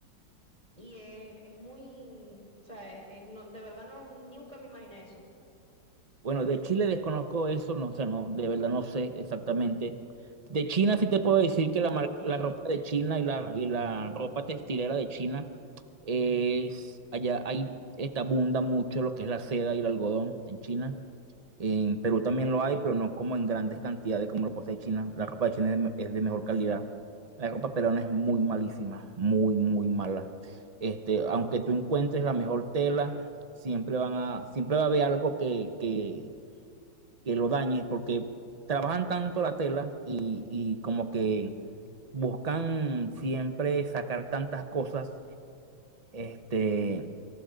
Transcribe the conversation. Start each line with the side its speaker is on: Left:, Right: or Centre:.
Left: Y es, es muy, o sea, es- es no- de verdad no, nunca me imaginé eso.
Right: Bueno, de Chile desconozco eso, no sé, no, de verdad no sé exactamente. De China sí te puedo decir que la, mar-
Left: <laughs>
Right: la ropa de China y la, y la ropa textilera de China es, allá hay, está abunda mucho lo que es la seda y el algodón en China. En Perú también lo hay, pero no como en grandes cantidades como lo posee China. La ropa de China es de, me- es de mejor calidad. La ropa peruana es muy malísima, muy, muy mala. Este, aunque tú encuentres la mejor tela, siempre van a, siempre va a haber algo que, que, que lo dañe, porque trabajan tanto la tela y, y como que buscan siempre sacar tantas cosas. Este,